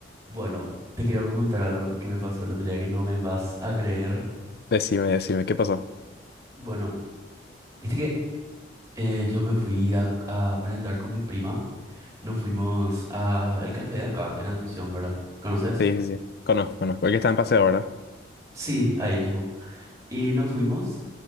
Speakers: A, on the right (about 20°); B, on the left (about 55°).
A: Bueno, te quiero contar algo que me pasó el otro día que no me vas a creer.
B: Decime, decime, ¿qué pasó?
A: Bueno, viste que eh, yo me fui a, a merendar con mi prima. Nos fuimos a el café de acá, en Asunción, ¿verdad? ¿Conoces?
B: Sí,
A: Sí.
B: sí, sí. Conozco, conozco. El que está en paseo, ¿verdad?
A: Sí, ahí mismo. Y nos fuimos